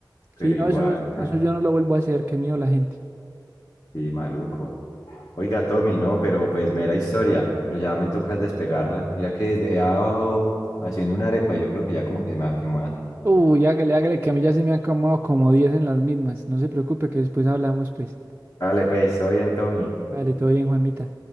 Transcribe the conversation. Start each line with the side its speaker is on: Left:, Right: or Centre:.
Left: pero
Right: Sí, no,
Left: igual.
Right: eso,
Left: <laughs>
Right: eso yo no lo vuelvo a hacer. Qué miedo la gente.
Left: Sí, maluco. Oiga, Tommy, no, pero pues mera historia, pero ya me toca despegarla. Mira que dejé abajo haciendo una arepa y yo creo que ya como que se me va a quemar.
Right: Uy, hágale, hágale, que a mí ya se me han acomodado como 10 en las mismas. No se preocupe que después hablamos, pues.
Left: Dale, pues, estoy bien, Tommy.
Right: Dale, todo bien, Juanmita.